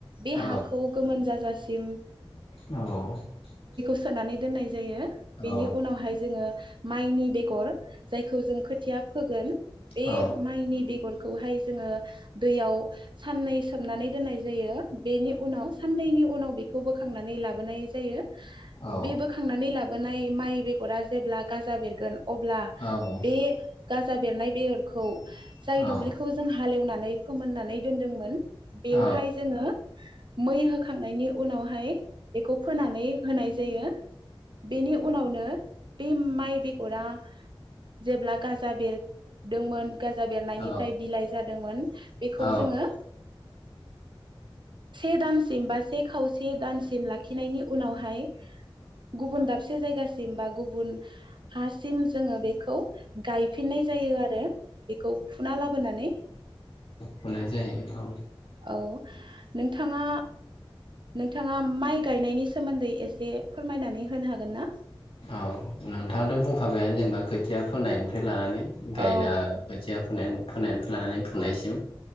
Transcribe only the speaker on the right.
बे
हाखौ गोमोन जाजासे सिम
सोनानै दोननाय जायो बेनि
उनावहाय जोङो माइनि बेगर जायखौ जों खोथिया फोगोन बे
माइनि बेगर खौहाय जोङो दैयाव साननै सोमनानै दोननाय जायो। बेनि उनाव साननैनि उनाव बेखौ बोखांनानै लाबोनाय जायो
बे बोखांनानै ला बोनाय माइ बेगरा जेब्ला गाजा बेरगोन अब्ला
बे गाजा बेरनाय बेगरखौ जाय दुब्लिखौ
जों हालेव नानै फोमोननानै दोनदोंमोन बेवहाय
जोङो मै होखांनायनि उनावहाय बेखौ फोनानै होनाय जायो बेनि उनावनो बे माइ बेगरा जेब्ला गाजा बेरदोंमोन गाजा बेरनायनिफ्राय
बिलाइ जादोंमोन बेखौ
जोङो से दानसिम बा से खाव से दानसिम लाखिनायनि उनावहाय गुबुन दाब से जायगासिम बा गुबुन हासिम जोङो बेखौ गायफिननाय जायो आरो बेखौ फुना लाबोनानै
औ नोंथाङा नोंथाङा माइ गायनायनि सोमोन्दै एसे फोरमायनानै होनो हागोन ना
औ